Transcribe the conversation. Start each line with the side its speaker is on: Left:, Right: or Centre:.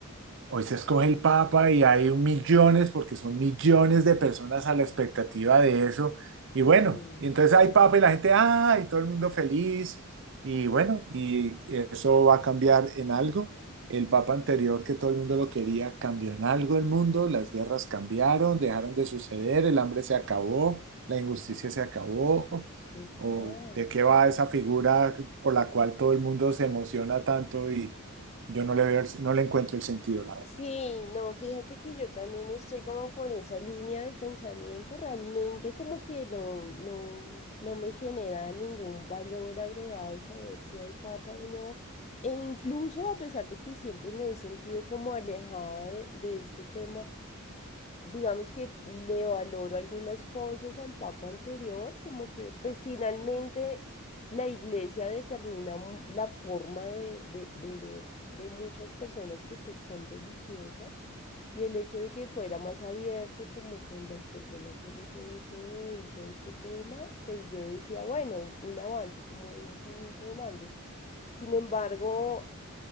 Right: Hoy se escoge el Papa y hay millones, porque son millones de personas a la expectativa de eso. Y bueno,
Left: ujú,
Right: y entonces hay Papa y la gente, ah, y todo el mundo feliz. Y bueno, y eso va a cambiar en algo. El Papa anterior, que todo el mundo lo quería, cambió en algo el mundo. Las guerras cambiaron, dejaron de suceder, el hambre se acabó, la injusticia se acabó.
Left: total.
Right: ¿O de qué va esa figura por la cual todo el mundo se emociona tanto y yo no le veo, el- no le encuentro el sentido, la verdad.
Left: Sí, no, fíjate que yo también estoy como por esa línea de pensamiento, realmente como que no, no, no me genera ningún valor agregado saber si hay papa o no. E incluso a pesar de que siempre me he sentido como alejada de, de este tema, digamos que le valoro algunas cosas al papa anterior, como que pues finalmente la iglesia determina mu- la forma de, de, de ver de muchas personas que pues son religiosas y el hecho de que fuera más abierto como con las personas LGBT y todo este tema, pues yo decía, bueno, un avance como un finito en algo. Sin embargo,